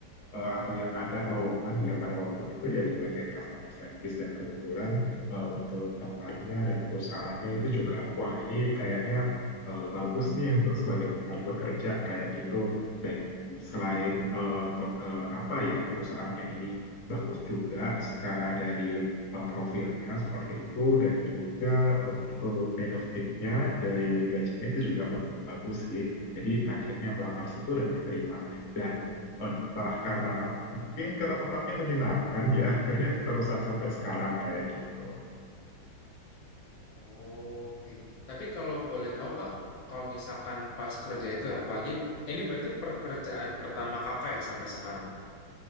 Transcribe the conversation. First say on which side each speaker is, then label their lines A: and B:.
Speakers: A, on the left (about 50°); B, on the left (about 70°).
A: eh, atau yang ada lowongan ya pada waktu itu ya di bagian customer service dan kebetulan eh, untuk tempatnya dan perusahaannya itu juga wah ini kayaknya eh, bagus nih untuk sebagai tempat bekerja kayak gitu dan selain eh, pe- eh, apa ya perusahaannya ini bagus juga secara dari eh, profilnya seperti itu dan juga untuk benefitnya dari gajinya itu juga bagus sih. Jadi akhirnya melamar situ dan diterima. Dan entah karena mungkin karena tempatnya menyenangkan ya akhirnya keterusan sampai sekarang kayak gitu.
B: Oh, Oke. Tapi kalau boleh tahu kak, kalau misalkan pas kerja itu ya apalagi ini berarti pekerjaan pertama kakak ya sampai sekarang.